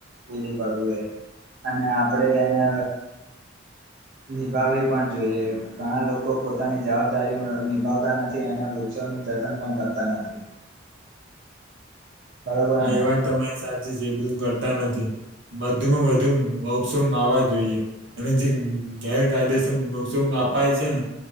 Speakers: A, on the right (about 55°); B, on the right (about 75°).
A: પૂરી કરવું એ અને આપડે એને નિભાવવી પણ જોઈએ ઘણા લોકો પોતાની જવાબદારી નિભાવતા નથી અને વૃક્ષોનું જતન પણ કરતા નથી. બરોબર
B: હા
A: ને
B: એ વાત તમારી સાચી છે એ બધું કરતા નથી. વધુમાં વધુ વૃક્ષો વાવવા જોઈએ અને જે ગેરકાયદેસર વૃક્ષો અપાય છે ને